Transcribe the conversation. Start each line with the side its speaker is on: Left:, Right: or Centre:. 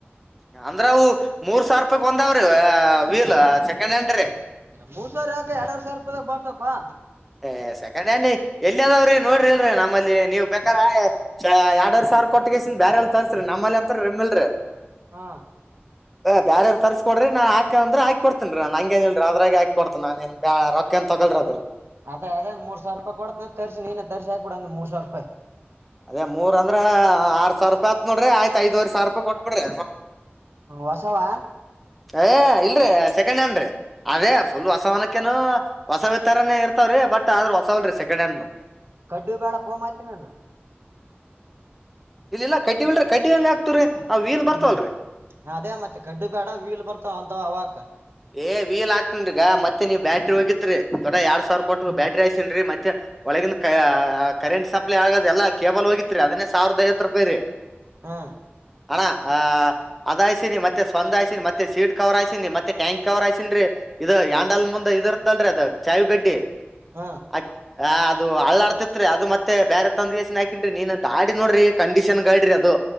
Centre: <unintelligible> ಅಂದ್ರ ಅವು ಮೂರ್ಸಾವ್ರುಪಾಯೀಗ್ ಒಂದಾವ್ರೀ ವೀಲ್ ಸೆಕೆಂಡ್ಹಾಂಡ್ರಿ
Right: ಮೂರ್ ಸಾವಿರ ಯಾಕೆ ಎರಡೂವರೆ ಸಾವಿರ ರೂಪಾಗ ಬರ್ತಪ್ಪಾ
Centre: ಏ ಸೆಕೆಂಡ್ ಹ್ಯಾಂಡ್ ಎಲ್ಲಿವವ್ರಿ ನೋಡ್ರಿ ಇಲ್ರಿ ನಮ್ಮಲ್ಲಿ ನೀವ್ ಬೇಕಾದ್ರ ಎರಡ್ವರೇ ಸಾವಿರ ಕೊಟ್ಟಗಿಸನ್ ಬೇರೆ ಎಲ್ಲ ತರ್ಸ್ರಿ ನಮ್ಮಲ್ಲಿ ಅಂತ ರೀಮಿಲ್ರಿ
Right: ಹಾ
Centre: ಬ್ಯಾರೆಲ್ಲ ತರ್ಸ್ಕೊಡ್ರಿ ನಾ ಹಾಕ್ ಅಂದ್ರೆ ಹಾಕ್ ಕೊಡ್ತನ್ರಿ ನಂಗೇನ್ಲ್ರಿ ಅದ್ರಗೆ ಹಾಕೊಡ್ತಾನ್ ನಾನೆನ್ ಬ್ಯಾ ರೊಕ್ ಏನ್ ತಗೋಳ್ರದ್ರಿ
Right: ಅದೆ ಅದ್ ಮೂರ್ ಸಾವ್ರುಪೇಯೀ ಕೊಡ್ತ್ನೆ ತರಸ್ ನೀನೇ ತರಿಸಿ ಹಾಕ್ಬಿಡ್ ಅಂದ ಮೂರ್ಸಾವ್ರುಪೇಯೀ
Centre: ಅದೇ ಮೂರ್ ಅಂದ್ರ ಆರ್ ಸಾವಿರ್ರೂಪಾಯ್ ಆತನೋಡ್ರಿ ಆಯ್ತ ಐದ್ವರ್ ಸಾವ್ರುಪೇಯೀ ಕೊಟ್ ಬಿಡ್ರಿ
Right: ಹ ಹೊಸವಾ
Centre: ಏ ಇಲ್ರೀ ಸೆಕೆಂಡ್ ಹ್ಯಾಂಡ್ರೀ ಅದೇ ಫುಲ್ ವಸವನ ಕ್ಕನೊ ಹೊಸವ್ತಾರಾನೇ ಇರ್ತವ್ರೀ ಬಟ್ ಆದ್ರ ಹೊಸವಲ್ರೀ ಸೆಂಡ್ ಹ್ಯಾಂಡ್ ನೋ
Right: ಕಡ್ಡಿ ಬ್ಯಾಡ ಪೋನ್ ಮಾಡ್ತೆನೇನು
Centre: ಇಲ್ಲಲ್ಲ ಕಡ್ಡಿ ಇಲ್ರರಿ ಕಡಿ ಹೆಂಗ ಹಾಕ್ತಿವ್ರಿ ಆ ವೀಲ್ ಬರ್ತವಲ್ರರಿ
Right: ಹ್ಮ್ ಅದೇ ಮತ್ತೆ ಕಡ್ಡು ಬೇಡ ವೀಲ್ ಬರ್ತಾವ ಅಂತಾವ ಹಾಕ
Centre: ಏ ವೀಲ್ ಹಾಕ್ತೀನ್ರೀ ಈಗ ಮತ್ತೆ ನೀವ ಬ್ಯಾಟ್ರಿ ಹೋಗಿತ್ರಿ ದೊಡ್ಡ ಎರಡ ಸಾವಿರ ಕೊಟ್ರ
Right: ಹ್ಮ್
Centre: ಬ್ಯಾಟ್ರಿ ಆಯ್ತನ್ ಮತ್ತೆ ಒಳಗಿನ ಕ ಕರೆಂಟ್ ಸಪ್ಲೈ ಆಗೋದ ಎಲ್ಲ ಕೇಬಲ್ ಹೋಗಿತ್ರಿ ಅದನ್ನೇ ಸಾವಿರದ ಐವತ್ತು ರೂಪಾಯಿ ರೀ
Right: ಹಾ
Centre: ಅಣ್ಣ ಅ ಅದಾಯ್ಸಿನಿ ಮತ್ತೆ ಸ್ವಂದ ಆಯ್ಸಿನಿ ಮತ್ತೆ ಸೀಟ್ ಕವರ್ ಆಯ್ಸಿನಿ ಮತ್ತೆ ಟ್ಯಾಂಕ್ ಸೀಟ್ ಕವರ್ ಹಾಕ್ಸಿನರೀ ಇದು ಹಾಂಡಲ್ ಮುಂದ್ ಇದ ಇರ್ತ್ತಲ್ರರಿ ಅದ ಚಾವಿ ಗಡ್ಡಿ
Right: ಹಂ
Centre: ಆ ಆ ಅದು ಅಳ್ಳಾಡ್ತಿತ್ರಿ ಅದು ಮತ್ತೆ ಬೇರೆ ತಂದಗೇಶನ್ ಹಾಕಿನ್ ನೀನ್ ಗಾಡಿ ನೋಡ್ರಿ ಕಂಡೀಷನ್ ಗಾಡ್ರಿ ಅದು